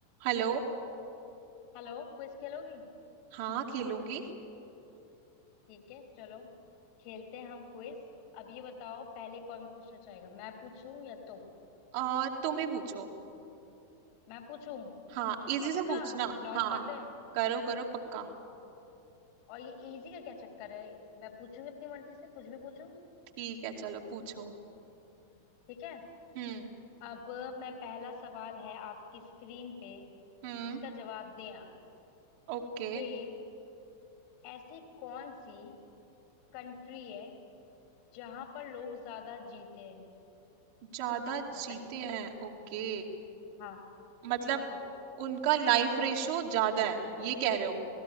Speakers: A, on the right; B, on the left.
A: Hello
B: Hello quiz खेलोगी
A: हाँ खेलूंगी
B: ठीक है चलो खेलते हैं हम क्विज अब ये बताओ पहले कौन पूछना चाहेगा मैं पूछूं या तुम
A: आ, तुम ही पूछो
B: मैं पूछूं
A: हाँ इजी
B: पक्का
A: सा पूछना
B: लॉक
A: हाँ
B: कर दें
A: करो करो पक्का
B: और ये इजी का क्या चक्कर है मैं पूछूंगी अपनी मर्जी से कुछ भी पूछूं
A: ठीक है चलो पूछो
B: ठीक है
A: हम्म
B: अब मैं पहला सवाल है आपकी स्क्रीन पे
A: हम्म
B: इसका जवाब दें आप
A: ओके
B: कि ऐसी कौन सी कंट्री है जहां पर लोग ज्यादा जीते हैं
A: ज्यादा जीते
B: बताइए
A: हैं ओके
B: हाँ
A: मतलब
B: सोचो
A: उनका लाइफ रेशो ज्यादा है ये कह रहे हो